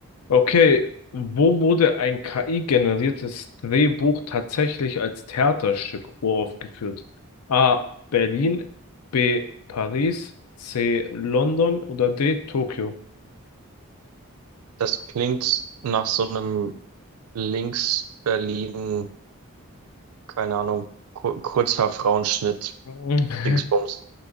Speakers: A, on the left; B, on the right.
A: Okay, wo wurde ein KI-generiertes Drehbuch tatsächlich als Theaterstück uraufgeführt? A. Berlin, B. Paris, C. London oder D. Tokio?
B: Das klingt nach so einem Links-Berlin, keine Ahnung, Kur Kurzhaar-Frauenschnitt,
A: Mhm. <laughs>
B: Dingsbums.